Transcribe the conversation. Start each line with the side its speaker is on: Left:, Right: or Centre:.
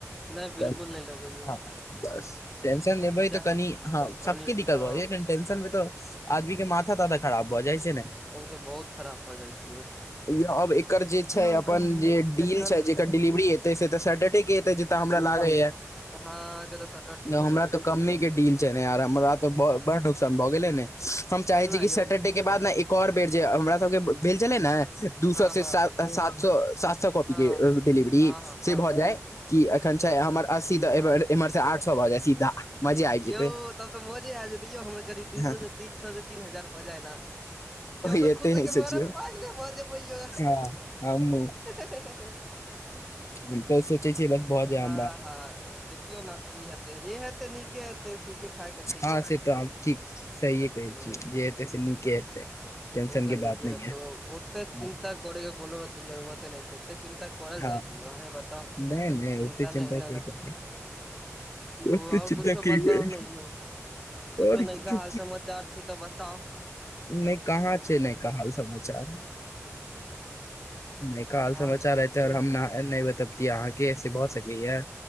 Centre: नहि बिल्कुल
Left: क
Centre: नहि लेबै यौ
Left: ह बस टेंशन लेबै
Centre: जाह
Left: तऽ कनि हँ सबके
Centre: कनि
Left: दिक्कत
Centre: हँ
Left: बा। टेंशन मे तऽ आदमी के माथा-तादा खराब भऽ जाय छैय ने।
Centre: औ तऽ बहुत खराब भऽ जाइ छि यौ
Left: इ आब एकर जे छै
Centre: हँ
Left: अपन
Centre: कहू ने
Left: जे
Centre: केकर
Left: डील छै
Centre: हँ
Left: जेकर डिलिवरी हेतै से तऽ सटरडे े के हेतै जै तऽ हमरा लागैए
Centre: हाँ एकरा सब
Left: हमरा तऽ कम्में के डील छै ने यार हमरा त
Centre: कते
Left: बड़ढ। भ गेलै ने हम चाहे
Centre: केना
Left: छी कि
Centre: यौ
Left: सेैटरडे के बाद ने एक आर बेर जे हमरा सबके भेल छलै ने। दू
Centre: हँ
Left: स से
Centre: हँ
Left: सात सऽ सात। त कॉपी
Centre: हँ
Left: के डिलिवरी
Centre: हँ हँ
Left: से
Centre: हँ
Left: भ जाय कि एखन
Centre: से
Left: छै हमर अस्सी द।
Centre: हँ
Left: एमर सऽ आठ सौ भ जाै सीधा।
Centre: यौ
Left: जेतै
Centre: तब त मौजे आजी जयतै यौ हमरा गरीब दू
Left: हँ
Centre: सए से तीन सए से तीन हजार भ जाय ने। यौ हम तऽ
Left: एते
Centre: खुशीके
Left: नहि सोचियौ
Centre: मारे पागले भऽ जेवय यौ।
Left: हँ हमहूँ
Centre: कियौ
Left: हम तऽ सोचै छियै बस भऽ जाय
Centre: हाँ
Left: हमरा
Centre: हाँ देखियौ नऽ की हेतै जे हेतै नीके हेतै ठीके -ठाक हेतै
Left: हँ
Centre: यौ
Left: से तऽ हम ठीक सहिए कहै
Centre: हूँ
Left: छियै जे हेतै से नीके हेतै टेंशन
Centre: ओ
Left: के
Centre: तऽ नीके
Left: बात नहि
Centre: हेतौ ओते
Left: य
Centre: चिन्ता करय कोनो अथी जरूरते नै छै एते चिन्ता फोड़ल
Left: हँ
Centre: जाइ छै यौ, अंही बताउ
Left: नहि नहि
Centre: चिन्ता
Left: ओते
Centre: नय
Left: के
Centre: नेै नै
Left: करै
Centre: यौ
Left: ओते
Centre: आउर
Left: चिन्ता
Centre: कुछो
Left: के
Centre: बताउ
Left: करै
Centre: न यौ कुछो
Left: आओर किछु
Centre: नयखा हाल समाचार छै तऽ बताउ
Left: नै कहाँ
Centre: हम
Left: छै नयका हाल समाचार। नयका
Centre: आहाॅं
Left: हाल समाचार रहतै आओर हम न नैय बतैबतीय अहाँके से भऽ सकैया।